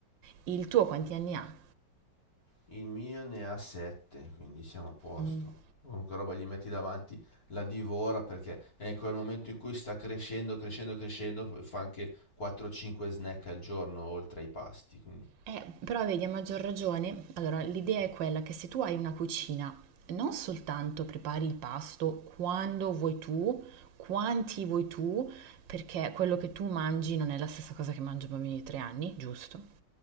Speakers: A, on the right; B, on the left.
A: Il tuo quanti anni ha?
B: Il mio ne ha 7, quindi siamo a posto.
A: Mm,
B: Qualunque roba gli metti davanti la divora perché è in quel momento in cui sta crescendo, crescendo, crescendo, fa anche 4-5 snack al giorno oltre ai pasti. Quindi.
A: Eh, però vedi, a maggior ragione, allora l'idea è quella che se tu hai una cucina, non soltanto prepari il pasto quando vuoi tu, quanti vuoi tu, perché quello che tu mangi non è la stessa cosa che mangia un bambino di tre anni, giusto?